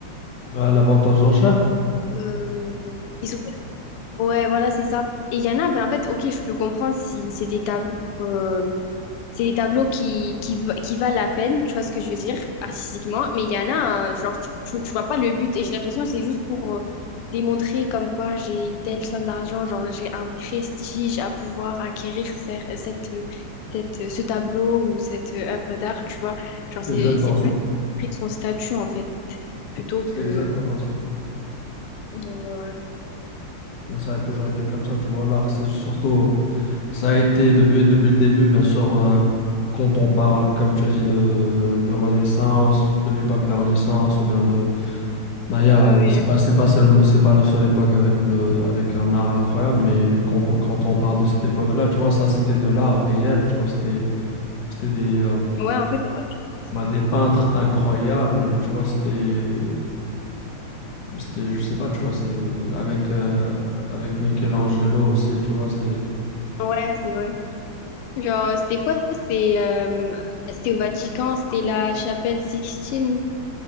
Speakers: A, on the left; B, on the left.
A: Euh, l'avantage d'enchère.
B: euh, ils sont- ouais, voilà, c'est ça. Et il y en a, ben en fait, ok, je peux comprendre si c'est des tableaux. euh, C'est des tableaux qui, qui, va- qui valent la peine, tu vois ce que je veux dire, artistiquement. Mais il y en a, euh, genre, tu, tu, tu vois pas le but. Et j'ai l'impression que c'est juste pour euh, démontrer comme quoi j'ai telle somme d'argent, genre, j'ai un prestige à pouvoir acquérir cer- cette, euh, cette, euh, ce tableau ou cette euh, œuvre d'art, tu vois. Genre, c'est,
A: C'est exactement
B: c'est plus
A: ça.
B: son statut, en fait, plutôt
A: C'est
B: que.
A: exactement ça.
B: Euh, ouais.
A: Mais Ça a toujours été comme ça, tu vois. L'art, c'est surtout, ça a été depuis, depuis le début, bien sûr, euh, quand on parle, comme tu as dit, de, de Renaissance, de l'époque de la Renaissance, ou bien de Maya,
B: Oui.
A: c'est pas, c'est pas, seulement- c'est pas la seule époque avec, de, avec un art incroyable, mais quand, on quand on parle de cette époque-là, tu vois, ça, c'était de l'art réel, tu vois. C'était, c'était des, euh,
B: Ouais, en fait, on va le faire.
A: ben, des peintres incroyables, tu vois. C'était. C'était, je sais pas, tu vois, c'est avec, euh, avec Michelangelo aussi, tu vois, c'est...
B: Ouais, c'est vrai. Genre, c'était quoi? C'était euh, c'était au Vatican, c'était la chapelle Sixtine.